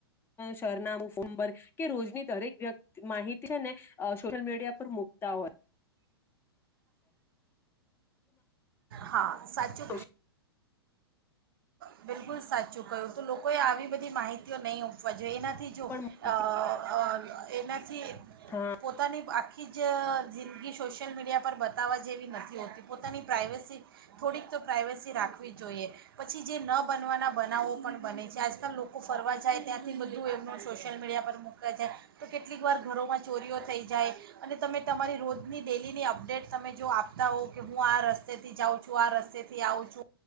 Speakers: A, on the left; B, on the right.
A: સરનામું ફોન નંબર કે રોજની દરેક વ્યક્તિ માહિતી છે અ ને સોશિયલ મીડિયા પર મુકતા હોય
B: હા સાચુ
A: મારી
B: બિલકુલ સાચુ ચૂક્યું તો લોકોએ આવી બધી માહિતીઓ નહીં આપવા જોઈએ. એના થી
A: સોશિયલ
B: જો
A: પણ માહિતી
B: અ એનાથી
A: હા
B: પોતાની આખી કે જ જિંદગી સોશિયલ મીડિયા પર બતાવવા જેવી નથી હોતી પોતાની પ્રાઇવેસી થોડીક તો પ્રાઇવસી રાખવી જોઈએ. પછી જે ન બનવાના બનાવો પણ બને છે. આજકાલ લોકો ફરવા જાય ત્યાંથી બધું એમનું સોશિયલ મીડિયા પર મૂકતા જાય તો કેટલીક વાર ઘરોમાં ચોરીઓ થઈ જાય અને તમે તમારી રોજની ડેલીની અપડેટ તમે જો આપતા હોવ કે હું આ રસ્તેથી જાઉં છું આ રસ્તેથી આવું છું.